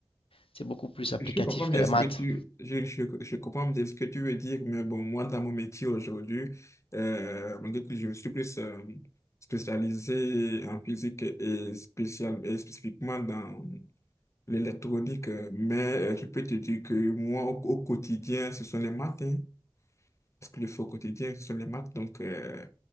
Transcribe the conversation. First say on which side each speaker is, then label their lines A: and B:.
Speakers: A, on the left (about 75°); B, on the left (about 30°).
A: c'est beaucoup plus applicatif
B: Je comprends bien
A: que les
B: ce
A: maths.
B: que tu, je, je, je comprends bien ce que tu veux dire, mais bon, moi, dans mon métier aujourd'hui, euh, malgré que je me suis plus euh, spécialisé en physique et, spécial, et spécifiquement dans l'électronique, euh, mais euh, je peux te dire que moi, au, au quotidien, ce sont les maths, hein. Ce que je fais au quotidien, ce sont les maths. Donc, euh,